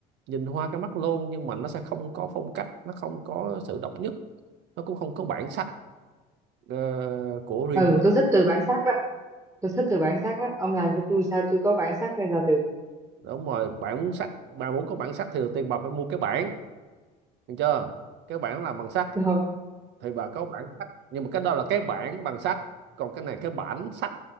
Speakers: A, on the right; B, on the right.
A: nhìn hoa cả mắt luôn nhưng mà nó sẽ không có phong cách nó không có sự độc nhất nó cũng không có bản sắc ờ, của riêng
B: Ừ,
A: bà.
B: tôi thích từ bản sắc đó. tôi thích từ bản sắc đó ông làm cho tôi sao tôi có bản sắc hay là được
A: đúng rồi bạn muốn sắc bạn muốn có bản sắc thì đầu tiên bà phải mua cái bản được chưa cái bản làm bằng sắt
B: rồi
A: thì bà có bản sách nhưng mà cái đó là cái bản bằng sách còn cái này cái bản sách